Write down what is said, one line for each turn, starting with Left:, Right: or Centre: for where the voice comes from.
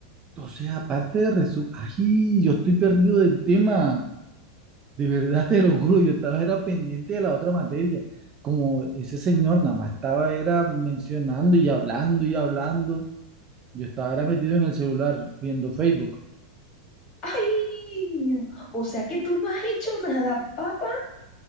Right: Entonces, aparte de resumen, ay, yo estoy perdido del tema. De verdad te lo juro, yo estaba era pendiente de la otra materia. Como ese señor nada más estaba era mencionando y hablando y hablando, yo estaba era metido en el celular viendo Facebook.
Left: Ay, o sea que tú no has hecho nada, papá.